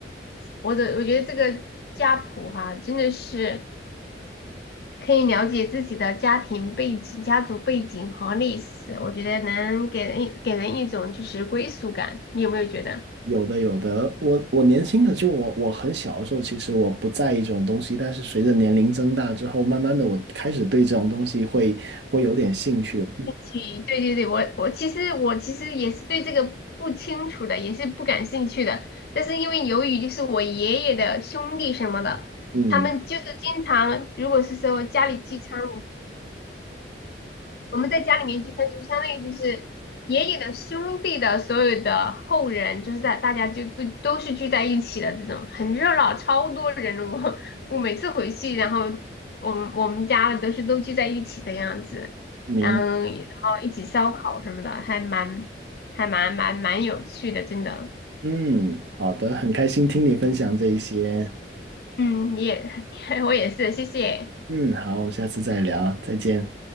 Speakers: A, on the left; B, on the right.
A: 我的我觉得这个家谱哈、真的是可以了解自己的家庭背景、家族背景和历史，我觉得能给人一给人一种就是归属感，你有没有觉得？
B: 有的，有的。我我年轻的就我我很小的时候，其实我不在意这种东西，但是随着年龄增大之后，慢慢的我开始对这种东西会会有点兴趣。
A: 去，对对对，我我其实我其实也是对这个不清楚的，也是不感兴趣的，但是因为由于就是我爷爷的兄弟什么的，
B: 嗯，
A: 他们就是经常如果是说家里聚餐。我们在家里面聚餐，就相当于就是爷爷的兄弟的所有的后人，就是在大家就都都是聚在一起的这种，很热闹，超多人。我我每次回去，然后我们我们家都是都聚在一起的样子，
B: 明，
A: 然后然后一起烧烤什么的，还蛮还蛮蛮蛮有趣的，真的。
B: 嗯，好的，很开心听你分享这一些。
A: 嗯，你也 <laughs> 我也是，谢谢。
B: 嗯，好，我们下次再聊，再见。